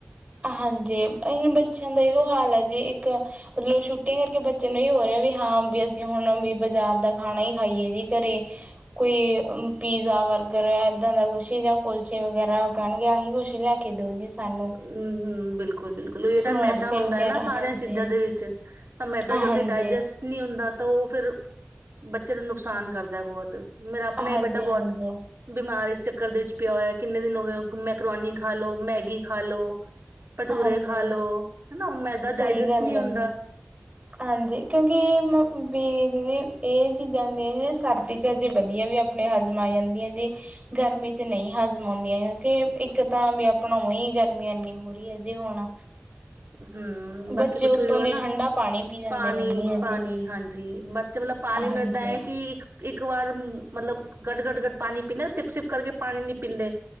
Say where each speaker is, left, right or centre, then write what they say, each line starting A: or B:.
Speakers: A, on the right (about 35°); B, on the right (about 80°).
A: ਹਾਂਜੀ। ਅਹੀ ਬੱਚਯਾ ਦਾ ਏਹੋ ਹਾਲ ਆ ਜੀ, ਇੱਕ ਮਤਲਬ ਛੁੱਟੀ ਕਰਕੇ ਬੱਚੇ ਨੂੰ ਏਹੋ ਹੋ ਰਿਐ ਵੀ, ਹਾਂ ਵੀ ਅਸੀ ਹੁਨ ਬੀ ਬਾਜ਼ਾਰ ਦਾ ਖਾਨਾ ਈ ਖਾਈਏ ਜੀ ਘਰੇ ਕੋਈ ਪੀਜ਼ਾ, ਬਰਗਰ ਐਦਾਂ ਦਾ ਕੁਛ ਜਾ ਕੁਲਚੇ ਵਗੈਰਾ ਕੈਨਗੇ ਆਹੀ ਕੁਛ ਲ ਕੇ ਦੋ ਜੀ ਸਾਨੂੰ
B: ਹੂੰ, ਹੂੰ, ਬਿਲਕੁਲ। ਬਿਲਕੁਲ- ਬਿਲਕੁਲ ਓਈਓ
A: ਸਮੋਸੇ
B: ਤਾ ਮੈਦਾ ਹੁੰਦੈ
A: ਵਗੈਰਾ
B: ਨਾ ਸਾਰੀਆਂ
A: ਹਾਂਜੀ।
B: ਚੀਜ਼ਾਂ ਦੇ ਵਿੱਚ, ਤਾਂ ਮੈਦਾ
A: ਹਾਂਜੀ,
B: ਜਲਦੀ ਡਾਇਜੈਸਟ ਨੀ ਹੁੰਦਾ, ਤੋ ਓ ਫਿਰ, ਬੱਚੇ ਨੂੰ ਨੁਕਸਾਨ ਕਰਦਾ ਬੋਤ। ਮੇਰਾ ਆਪਨਾ
A: ਹਾਂਜੀ,
B: ਈ ਬੇਟਾ
A: ਹਾਂਜੀ,
B: ਬੋਤ ਬਿਮਾਰ ਇਸ ਚੱਕਰ ਦੇ ਵਿੱਚ ਪਿਯਾ ਹੋਯੈ ਕਿੰਨੇ ਦਿਨ ਹੋ ਗਏ ਮੈਕਰੋਨੀ ਖਾ ਲੋ, ਮੈਗੀ ਖਾ ਲੋ। ਭਟੂਰੇ
A: ਹਾਂਜੀ।
B: ਖਾ ਲੋ, ਹਨਾ ਓ ਮੈਦਾ
A: ਸਹੀ
B: ਡਾਇਜੈਸਟ
A: ਗੱਲ
B: ਨੀ
A: ਹੈ
B: ਹੁੰਦਾ।
A: ਜੀ। ਹਾਂਜੀ। ਕਿਉਕਿ, ਬੀ ਐਹ ਚੀਜ਼ਾਂ ਸਰਦੀ ਵਿੱਚਵੱਧਿਆ ਆਪਾਂ। ਨਹੀ ਜਾਮੀ ਜਾਂਦੀਆਂ ਜੀ। ਗਰਮੀ ਵਿੱਚ ਇਹ ਹਜ਼ਮ ਨਹੀਂ ਹੁੰਦੀਆਂ, ਕਿਉਂਕਿ ਇੱਕ ਤਾਂ ਪਹਿਲਾਂ ਹੀ ਬਹੁਤ ਗਰਮੀ ਹੁੰਦੀ ਹੈ। ਹੋ ਰਰੀ ਹੈ ਜੀ। ਹੁਣ
B: ਹੂ, ਬਾਕੀ
A: ਬੱਚੇ
B: ਕੁਛ
A: ਉੱਤੋਂ
B: ਹੋ ਜਾਏ
A: ਦੀ
B: ਨਾ,
A: ਠੰਡਾ ਪਾਣੀ ਪੀ ਜਾਂਦੇ
B: ਪਾਣੀ
A: ਰਹਿੰਦੇ ਆ ਜੀ।
B: -ਪਾਣੀ, ਹਾਂਜੀ। ਮਤਲਬ ਪਾਣੀ
A: ਹਾਂਜੀ,
B: ਦਾ ਇਹੋ ਦਾ ਹੈ ਕਿ ਇੱਕ ਇੱਕੋ ਵਾਰ ਮਤਲਬ ਗਟ-ਗਟ ਕਰਕੇ ਪਾਣੀ ਨਹੀਂ ਪੀਣਾ। ਸਿੱਪ-ਸਿੱਪ ਕਰਕੇ ਪੀਣਾ ਨਹੀ ਪੀਂਦੇ।